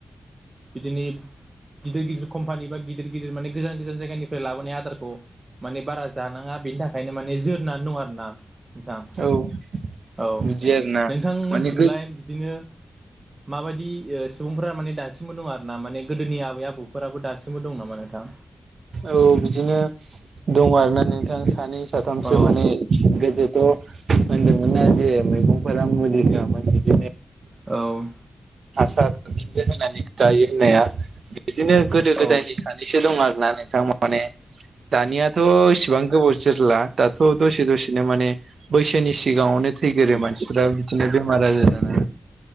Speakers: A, on the right (about 25°); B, on the right (about 70°).
A: बिदिनो गिदिर गिदिर कम्पानि बा गि। गिदिर गिदिर माने गोजान गोजान जायगानिफ्राय लाबोनाय आदारखौ माने बारा जानाङा बेनि थाखायनो माने जोरना आरोना नोंथां।
B: <inaudible>
A: औ
B: बिदि आरोना
A: नोंथांमोनथिंलाय
B: माने गो
A: बिदिनो। माबायदि ओ सुबुंफोरा माने दासिमबो दङ आरोना माने गोदोनि आबै आबौफोराबो दासिमबो। दं नामा नोंथां।
B: औ बिदिनो दङ आरोना नोंथां सानै। साथामसे
A: औ
B: माने गोदोथ'। होनदोंमोन आरो जे मैगंफोरा मुलि होआमोन बिदिनो।
A: औ
B: <unintelligible> सिनजो होननानै गायो होननाया बिदिनो गोदो गोदायनि
A: औ
B: सानैसो दं आरोना । <inaudible> दानियाथ' इसेबां गोबाव जोरला दाथ' दसे दसेनो माने बैसोनि सिगाङावनो थैगोरो मानसिफोरा बिदिनो बेमार आजार जानानै।